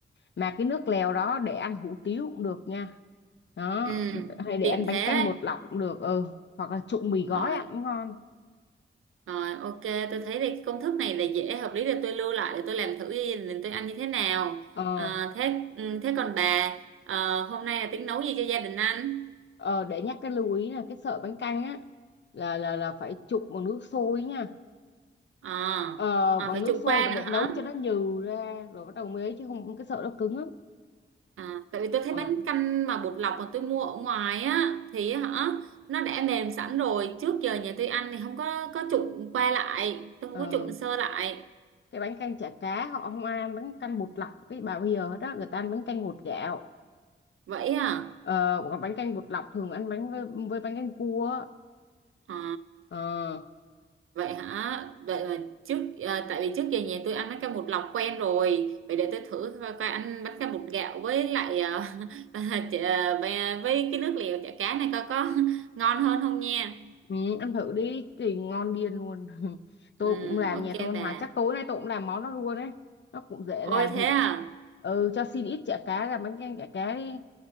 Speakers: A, on the left (about 60°); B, on the right (about 85°).
A: Mà cái nước lèo đó để ăn hủ tiếu cũng được nha đó
B: ừ
A: hay để
B: tiện
A: ăn bánh
B: thế
A: canh
B: đấy
A: bột lọc cũng được ừ hoặc là trụng mì gói
B: Rồi.
A: ăn cũng ngon
B: Rồi ok, tôi thấy thì cái công thức này là dễ hợp lý để tôi lưu lại để tôi làm thử gia tôi ăn như thế nào.
A: ờ
B: À, thế ừ, thế còn bà ờ, hôm nay là tính nấu gì cho gia đình ăn?
A: Ờ, để nhắc cái lưu ý là cái sợi bánh canh á là là là phải trụng bằng nước sôi nha
B: À,
A: ờ,
B: à
A: bằng
B: phải
A: nước
B: chủ
A: sôi
B: qua
A: và để
B: nữa
A: nấu
B: hả?
A: cho nó nhừ ra rồi bắt đầu mới ấy, chứ không cái sợi nó cứng lắm
B: À, tại vì tôi
A: ờ,
B: thấy bánh canh mà bột lọc mà tôi mua ở ngoài á thì hả nó đã mềm sẵn rồi, trước giờ nhà tôi ăn thì không có có trụng qua lại, tôi không
A: ờ.
B: có trụng sơ lại.
A: cái bánh canh chả cá họ không ăn bánh canh bột lọc cái bà bây giờ hết á người ta ăn bánh canh bột gạo
B: Vậy à?
A: ờ, còn bánh canh bột lọc thường ăn bánh với, với bánh canh cua á.
B: À
A: ờ.
B: Vậy hả? Đợi là trước à, tại vì trước giờ nhà tôi ăn bánh canh bột lọc quen rồi. Vậy để tôi thử coi, coi ăn bánh canh bột gạo với lại à, <laughs> à, chả- bè- với cái nước lèo chả cá này coi có <laughs> ngon hơn không nha.
A: Ừ, ăn thử đi thì ngon điên luôn <laughs> tôi
B: Ừ,
A: cũng làm
B: ok
A: nhà tôi ăn
B: bà.
A: hoài chắc tối nay tôi cũng làm món đó luôn đấy nó cũng dễ
B: Ôi
A: làm
B: thế
A: thì
B: à?
A: ừ cho xin ít chả cá làm bánh canh chả cá đi